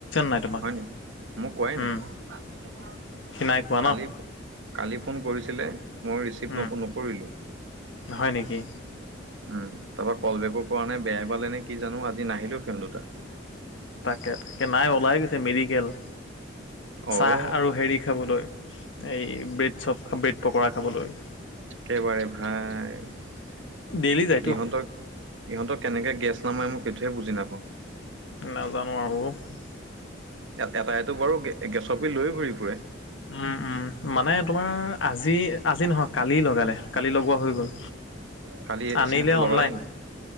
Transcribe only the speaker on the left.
নাই তোমাক
উম
সি নাই কোৱা
ন
উম
হয় নেকি?
তাকে-তাকে নাই ওলাই গৈছে মেডিকেল। <inaudible>
আহ আৰু হেৰি খাবলৈ এই ব্ৰেড চপ, ব্ৰেড পকৰা খাবলৈ। <inaudible>
ডেইলি যায়তো
নাজানো আৰু <unintelligible>
উম-উম মানে তোমাৰ আজি-আজি নহয় কালি লগালে, কালি লগোৱা হৈ গ'ল।
<inaudible>
আনিলে
অনলাইন,